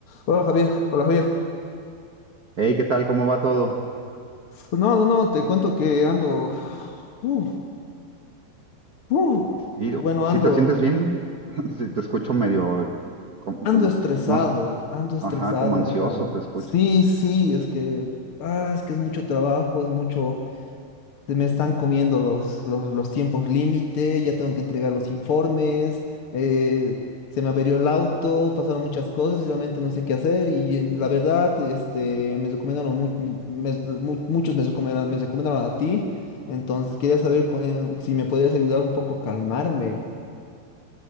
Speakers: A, on the left; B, on the right.
A: Hola Javier, hola Javier.
B: Hey, ¿qué tal? ¿Cómo va todo?
A: No, no, no, te cuento que ando, uh, uh,
B: Sí,
A: bueno,
B: si
A: ando,
B: te sientes bien, <laughs> si te escucho medio como,
A: ando
B: como-
A: estresado,
B: no, s-
A: ando estresado,
B: ajá, como ansioso
A: mira.
B: te escucho.
A: Sí, sí, es que, ah, es que es mucho trabajo, es mucho, se me están comiendo los, los, los tiempos límite, ya tengo que entregar los informes, eh, se me averió el auto, pasaron muchas cosas y realmente no sé qué hacer y eh, la verdad, este, me recomendaron, mu- me- mu- muchos me recomendaron, me recomendaron a ti, entonces quería saber co- eh, si me podrías ayudar un poco a calmarme.